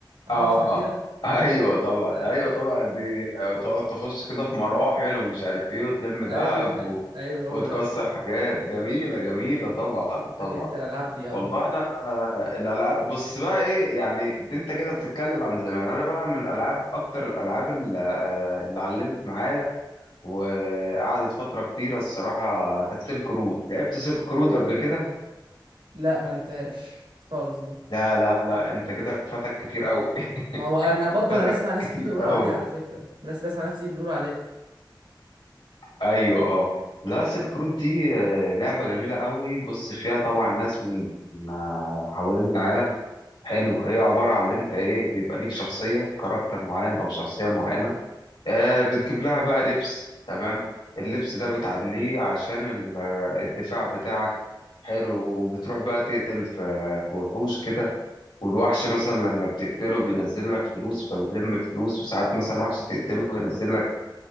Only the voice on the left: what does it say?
اه
ايوه
طبعا
ايوه طبعا دي تقعد تخش كده في مراحل ومش عارف ايه وتلم دهب
و...
وتكسر
حاجات جميله جميله
طبعا
طبعا
والله انا الالعاب بص بقى ايه يعني دي انت كده بتتكلم عن زمان انا بقى من الالعاب اكتر الالعاب اللي اللي علمت معايا وقعدت فتره كتيره الصراحه كانت سيلك رود لعبت سيلك رود قبل كده
لا لا لا انت كده فاتك كتير قوي <laughs>
فاتك
كتير
قوي
ايوه اه لا سيلك رود دي آه، لعبه جميله قوي بص فيها طبعا ناس من آه، حوالين العالم حلو هي عبارة عن اللي انت ايه بيبقى ليك شخصية كاركتر معين او شخصية معينة آه بتجيب لها بقى لبس تمام اللبس ده بتعليه عشان ال- آه، الدفاع بتاعك حلو وبتروح بقى تقتل في في وحوش كده والوحش مثلا لما بتقتله بينزل لك فلوس فبتلم الفلوس وساعات مثلا وحش تقتله ينزل لك